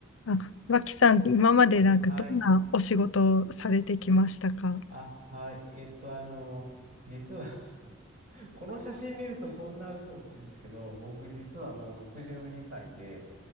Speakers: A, on the left; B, on the right.
A: あ、脇さん今までなんかどんなお仕事をされてきましたか
B: はい。あ、はい。えっと、あの、実は <laughs> この写真見るとそんな嘘って言うんですけど、僕実はもう62歳で、